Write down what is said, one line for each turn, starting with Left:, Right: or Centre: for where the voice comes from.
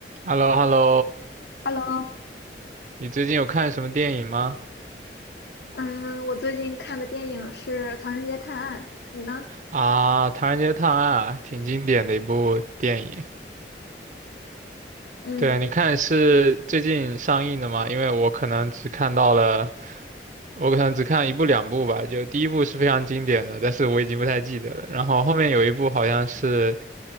Right: h e l l o h e l l o
Left: Hello，
Right: 你最近有看什么电影吗？
Left: 嗯，我最近看的电影是《唐人街探案》，你呢？
Right: 啊，《唐人街探案》啊，挺经典的一部电影。
Left: 嗯，
Right: 对，你看是最近上映的吗？因为我可能只看到了，我可能只看一部两部吧。就第一部是非常经典的，但是我已经不太记得了。然后后面有一部好像是